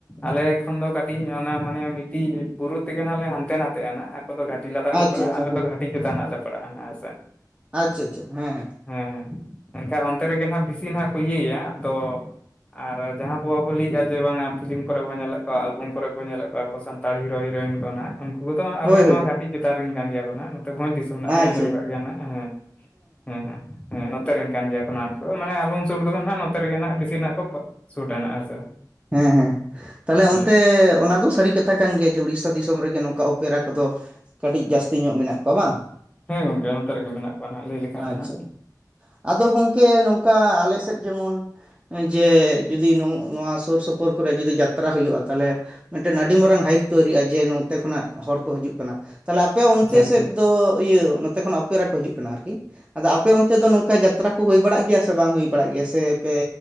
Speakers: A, on the left; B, on the right.
A: ᱟᱞᱮ ᱠᱷᱚᱱ ᱫᱚ ᱠᱟᱹᱴᱤᱡ ᱚᱱᱟ ᱢᱟᱱᱮ ᱢᱤᱫᱴᱤᱡ ᱵᱩᱨᱩ ᱛᱮᱜᱮ ᱱᱟᱜ ᱞᱮ ᱦᱟᱱᱛᱮ ᱱᱟᱛᱮᱜᱼᱟ ᱱᱟᱜ ᱟᱠᱚ ᱫᱚ <unintelligible> ᱴᱤ ᱞᱟᱛᱟᱨ ᱠᱚ
B: ᱟᱪᱪᱷᱟ
A: ᱯᱟᱲᱟᱜᱼᱟ
B: ᱟᱪᱪᱷᱟ
A: ᱟᱨ ᱟᱞᱮ ᱫᱚ ᱜᱟᱹᱴᱤ ᱪᱮᱛᱟᱱ ᱱᱟᱜ ᱞᱮ ᱯᱟᱲᱟᱜᱼᱟ ᱱᱟᱜ, ᱦᱮᱸ ᱥᱮ᱾
B: ᱟᱪᱪᱷᱟ ᱟᱪᱷᱟ ᱦᱮᱸ ᱦᱮᱸ᱾
A: ᱦᱮᱸ ᱮᱱᱠᱷᱟᱱ ᱚᱱᱛᱮ ᱨᱮᱜᱮ ᱱᱟᱦᱟᱜ ᱵᱤᱥᱤ ᱱᱟᱦᱟᱜ ᱠᱚ ᱤᱭᱟᱹᱭᱟ, ᱛᱚ ᱟᱨ ᱡᱟᱦᱟᱸ ᱵᱚ ᱟᱵᱚ ᱞᱟᱹᱭᱮᱫᱼᱟ ᱡᱮ ᱵᱟᱝᱟ ᱯᱷᱤᱞᱤᱢ ᱠᱚᱨᱮ ᱵᱚᱱ ᱧᱮᱞᱮᱫ ᱠᱚᱣᱟ ᱮᱞᱵᱟᱢ ᱠᱚᱨᱮ ᱵᱚᱱ ᱧᱮᱞᱮᱫ ᱠᱚᱣᱟ ᱟᱵᱚ ᱥᱟ ᱛᱟᱲ ᱦᱤᱨᱳ ᱦᱤᱨᱳᱭᱤᱱ ᱠᱚ ᱱᱟᱦᱟᱜ ᱩᱱᱠᱩ ᱠᱚᱫᱚ ᱟᱞᱮ
B: ᱦᱳᱭ
A: ᱱᱚᱣᱟ
B: ᱦᱳᱭ
A: ᱜᱷᱟᱴᱤ ᱪᱮᱛᱟᱱ ᱨᱮᱱ ᱠᱟᱱ ᱜᱮᱭᱟᱠᱚ ᱱᱟᱦᱟᱜ ᱱᱚᱛᱮ ᱵᱷᱚᱡᱽ ᱫᱤᱥ ᱥᱚᱢ ᱱᱟᱜ ᱵᱤᱱ
B: ᱟᱪᱪᱷᱟ
A: ᱟᱸᱡᱚᱢ ᱠᱟᱜ ᱜᱮᱭᱟ ᱱᱟᱜ ᱦᱮᱸ, ᱦᱮᱸ ᱦᱮᱸ᱾ ᱦᱮᱸ ᱱᱚᱛᱮ ᱨᱮᱱ ᱠᱟᱱ ᱜᱮᱭᱟ ᱠᱚ ᱱᱟᱜ ᱩᱱᱠᱩ ᱢᱟᱱᱮ ᱟᱞᱵᱚᱢ ᱥᱩᱴ ᱠᱚᱫᱚ ᱱᱟᱦᱟᱜ ᱱᱚᱛᱮ ᱨᱮᱜᱮ ᱱᱟᱜ ᱵᱤᱥᱤ ᱱᱟᱜ ᱠᱚ ᱯᱟ ᱥᱩᱴᱟ ᱱᱟᱜ, ᱦᱮᱸ ᱥᱮ᱾
B: ᱦᱮᱸ ᱦᱮᱸ ᱦᱮᱸ᱾ ᱛᱟᱞᱦᱮ
A: ᱦᱮᱸ
B: ᱚᱱᱛᱮ ᱚᱱᱟ ᱫᱚ ᱥᱟᱹᱨᱤ ᱠᱟᱛᱷᱟ ᱠᱟᱱ ᱜᱮᱭᱟ ᱡᱮ ᱩᱲᱤᱥᱥᱟ ᱫᱤᱥᱚᱢ ᱨᱮᱜᱮ ᱱᱚᱝᱠᱟ ᱚᱯᱮᱨᱟ ᱠᱚᱫᱚ ᱠᱟᱹᱴᱤᱡ ᱡᱟᱹᱥᱛᱤ ᱧᱚᱜ ᱢᱮᱱᱟᱜ ᱠᱚᱣᱟ ᱵᱟᱝ?
A: ᱦᱮᱸ ᱜᱚᱝᱠᱮ ᱱᱚᱛᱮ ᱨᱮᱜᱮ ᱢᱮᱱᱟᱜ ᱠᱚᱣᱟ ᱱᱟᱦᱟᱜ ᱞᱟᱹᱭ ᱞᱮᱠᱷᱟᱡ
B: ᱟᱪᱪᱷᱟ
A: ᱫᱚ ᱱᱟᱦᱟᱜ᱾
B: ᱟᱫᱚ ᱜᱚᱝᱠᱮ ᱱᱚᱝᱠᱟ ᱟᱞᱮ ᱥᱮᱫ ᱡᱮᱢᱚᱱ ᱡᱮ ᱡᱩᱫᱤ ᱱᱚᱜ ᱱᱚᱣᱟ ᱥᱳᱨ ᱥᱳᱯᱳᱨ ᱠᱚᱨᱮ ᱡᱩᱫᱤ ᱡᱟᱛᱨᱟ ᱦᱩᱭᱩᱜᱼᱟ ᱛᱟᱦᱞᱮ ᱢᱤᱫᱴᱮᱱ ᱟᱹᱰᱤ ᱢᱟᱨᱟᱝ ᱦᱟᱭᱤᱯ ᱛᱳᱭᱨᱤᱜᱼᱟ ᱡᱮ ᱱᱚᱛᱮ ᱠᱷᱚᱱᱟᱜ ᱦᱚᱲ ᱠᱚ ᱦᱤᱡᱩᱜ ᱠᱟᱱᱟ᱾ ᱛᱟᱦᱞᱮ ᱟᱯᱮ ᱚᱱᱛᱮ
A: ᱟᱪᱪᱷᱟ ᱟᱪᱪᱷᱟ
B: ᱥᱮᱫ ᱫᱚ ᱤᱭᱟᱹ ᱱᱚᱛᱮ ᱠᱷᱚᱱᱟᱜ ᱳᱯᱮᱨᱟ ᱠᱚ ᱦᱤᱡᱩᱜ ᱠᱟᱱᱟ ᱟᱨᱠᱤ᱾ ᱟᱫᱚ ᱟᱯᱮ ᱚᱱᱛᱮ ᱫᱚ ᱱᱚᱝᱠᱟ ᱡᱟᱛᱨᱟ ᱠᱚ ᱦᱩᱭ ᱵᱟᱲᱟᱜ ᱜᱮᱭᱟ ᱥᱮ ᱵᱟᱝ ᱦᱩᱭ ᱵᱟᱲᱟᱜ ᱜᱮᱭᱟ ᱥᱮ ᱯᱮ